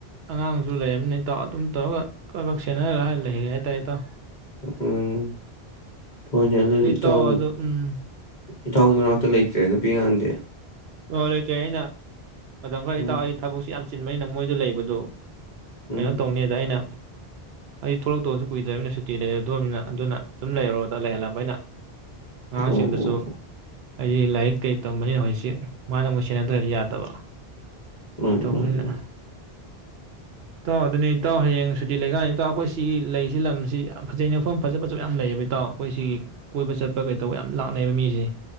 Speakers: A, on the right; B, on the left.
A: ꯑꯉꯥꯡꯁꯨ ꯂꯩꯔꯕꯅꯤꯅ ꯏꯇꯥꯎ ꯑꯗꯨꯝ ꯀꯛꯀꯛ ꯁꯦꯟꯅꯔꯒ ꯂꯩꯔꯦ ꯍꯥꯏꯇꯥꯔꯦ ꯏꯇꯥꯎ
B: ꯎꯝ ꯍꯣꯏꯅꯦ ꯑꯗꯨꯗꯤ
A: ꯍꯣꯏ
B: ꯏꯇꯥꯎꯒꯤ
A: ꯏꯇꯥꯎ ꯑꯗꯣ ꯎꯝ
B: ꯏꯇꯥꯎꯒꯤ ꯃꯅꯥꯛꯇ ꯂꯩꯇ꯭ꯔꯦ ꯅꯨꯄꯤ ꯑꯉꯥꯡꯗꯦ
A: ꯍꯣ ꯂꯩꯇꯦ ꯑꯩꯅ ꯑꯗꯣ ꯐꯔꯦ
B: ꯎꯝ
A: ꯇꯥꯎ ꯑꯩ ꯊꯕꯛꯁꯤ ꯌꯥꯝ ꯆꯤꯟ ꯃꯩꯅ ꯃꯣꯏꯗ ꯂꯩꯕꯗꯣ
B: ꯎꯝ
A: ꯀꯩꯅꯣ ꯇꯧꯅꯤꯗ ꯑꯩꯅ ꯑꯩ ꯊꯣꯛꯂꯛꯇꯧꯁꯨ ꯀꯨꯏꯗ꯭ꯔꯅꯤꯅ ꯁꯨꯇꯤ ꯂꯩꯔꯗꯣꯅꯤꯅ ꯑꯗꯨꯅ ꯑꯗꯨꯝ ꯂꯩꯔꯨꯗ ꯂꯩꯍꯜꯂꯕ ꯑꯩꯅ ꯑ
B: ꯑꯣ
A: ꯁꯤꯡꯗꯨꯁꯨ
B: ꯑꯣ
A: ꯑꯩ ꯂꯥꯏꯔꯤꯛ ꯇꯦ ꯇꯝꯕꯅꯤꯅ ꯍꯧꯖꯤꯛꯁꯤ ꯃꯥꯅ ꯑꯃꯨꯛ ꯁꯦꯟꯅꯗ꯭ꯔꯗꯤ ꯌꯥꯗꯕ
B: ꯃꯥꯅꯤ
A: ꯇꯧꯕꯅꯤꯅ
B: ꯃꯥꯅꯤ ꯃꯥꯅꯤ
A: ꯇꯥꯎ ꯑꯗꯨꯅꯤ ꯏꯇꯥꯎ ꯍꯌꯦꯡ ꯁꯨꯇꯤ ꯂꯩꯀꯥꯟꯗ ꯏꯇꯥꯎ ꯑꯩꯈꯣꯏ ꯁꯤꯒꯤ ꯂꯩꯁꯤ ꯂꯝꯁꯤ ꯌꯥꯝ ꯐꯖꯩꯅꯦ ꯃꯐꯝ ꯐꯖ ꯐꯖꯕ ꯌꯥꯝ ꯂꯩꯌꯦꯕ ꯏꯇꯥꯎ ꯑꯩꯈꯣꯏ ꯁꯤꯒꯤ ꯀꯣꯏꯕ ꯆꯠꯄ ꯀꯩꯗꯧꯕ ꯌꯥꯝ ꯂꯥꯛꯅꯩꯕ ꯃꯤꯁꯤ